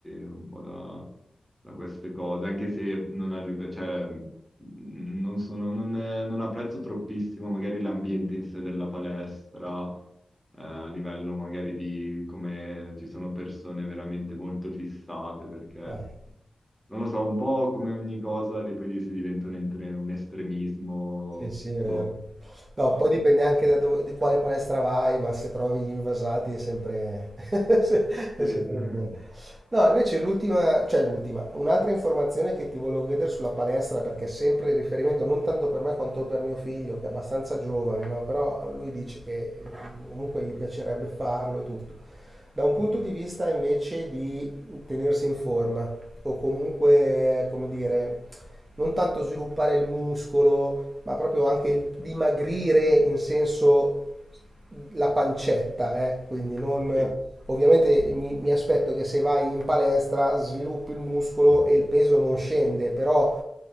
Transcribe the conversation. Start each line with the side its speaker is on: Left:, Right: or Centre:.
Centre: un po' da, da queste cose, anche se non arrivo, cioè, mh, non sono, non, non apprezzo troppissimo magari l'ambiente in sé della palestra eh, a livello magari di come ci sono persone veramente molto fissate perché
Right: Eh.
Centre: non lo so, un po' come ogni cosa, di poi si diventa un, entre- un estremismo,
Right: Sì, sì, è
Centre: boh.
Right: vero. No,
Centre: ah,
Right: poi dipende anche da dove, di quale palestra vai, ma se trovi gli invasati è sempre, <laughs> è
Centre: sì.
Right: sempre dura. No, invece l'ultima, cioè l'ultima, un'altra informazione che ti volevo chiedere sulla palestra, perché è sempre il riferimento non tanto per me quanto per mio figlio, che è abbastanza giovane, no? Però lui dice che comunque gli piacerebbe farlo e tutto. Da un
Centre: <laughs>
Right: punto di vista invece di tenersi in forma, o comunque, come dire, non tanto sviluppare il muscolo, ma proprio anche il dimagrire in senso la pancetta, eh? Quindi non...
Centre: Sì.
Right: Ovviamente mi, mi aspetto che se vai in palestra sviluppi il muscolo e il peso non scende, però